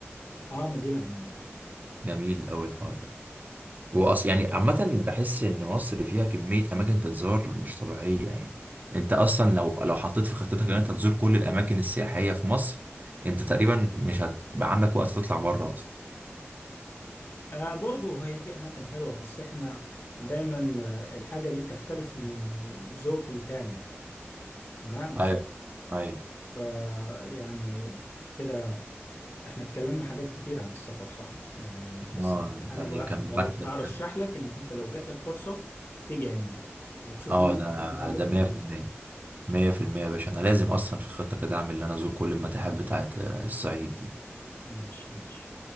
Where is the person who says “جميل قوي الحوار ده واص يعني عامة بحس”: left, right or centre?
Right